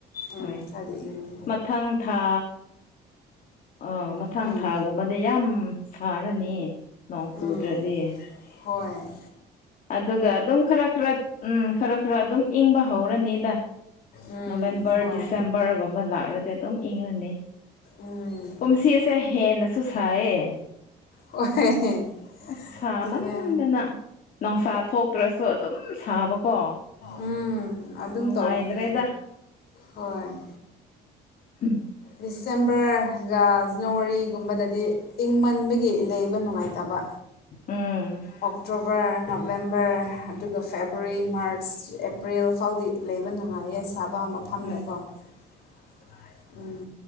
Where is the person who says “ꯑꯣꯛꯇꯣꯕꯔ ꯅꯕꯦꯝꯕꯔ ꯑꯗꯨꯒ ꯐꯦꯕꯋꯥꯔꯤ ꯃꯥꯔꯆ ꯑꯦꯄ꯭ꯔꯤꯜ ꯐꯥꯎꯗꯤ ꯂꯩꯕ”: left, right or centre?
Left